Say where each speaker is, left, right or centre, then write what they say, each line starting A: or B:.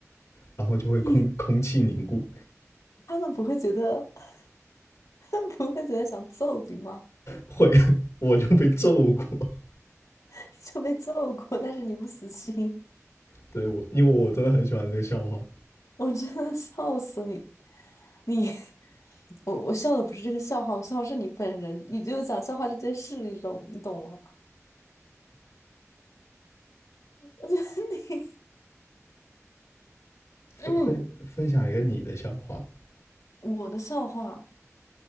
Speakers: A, on the left; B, on the left.
A: 然后就会空空气凝固，
B: 你他们不会觉得 <laughs> 他们不会觉得想揍你吗？
A: 会 <laughs> 我就被揍过。
B: <laughs> 就被揍过，但是你不死心。
A: 对我，因为我真的很喜欢这个笑话。
B: 我真的笑死你！你 <laughs>，我我笑的不是这个笑话，我笑的是你本人，你就讲笑话这件事，你懂你懂吗？<laughs> 我觉得你，
A: 分分分享一个你的笑话，
B: <clears throat> 嗯，我的笑话，